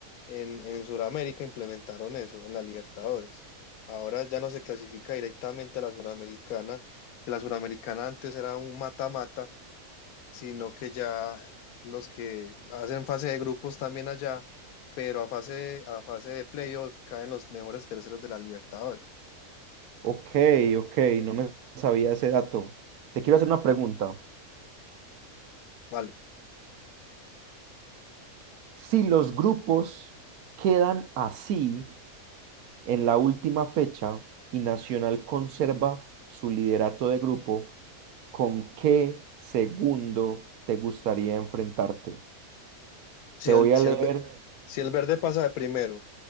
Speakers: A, on the left; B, on the right.
A: en, en Sudamérica implementaron eso, en la Libertadores. Ahora ya no se clasifica directamente a la Suramericana, que la Suramericana antes era un mata-mata, sino que ya los que hacen fase de grupos también allá, pero a fase, a fase de playoff caen los mejores terceros de la Libertadores.
B: Ok, ok, no me sabía ese dato. Te quiero hacer una pregunta.
A: Vale.
B: Si los grupos quedan así en la última fecha y Nacional conserva su liderato de grupo, ¿con qué segundo te gustaría enfrentarte?
A: Si
B: Te
A: el,
B: voy
A: si
B: a leer
A: el, ve- si el verde pasa de primero,